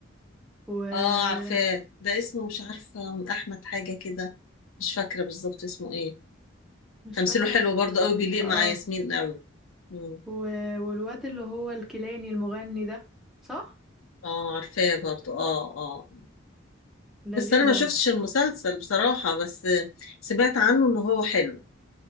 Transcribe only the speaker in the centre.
ومش
فاكرة
اس-
اه
و... والواد اللي هو الكيلاني المغني ده صح؟
لذيذة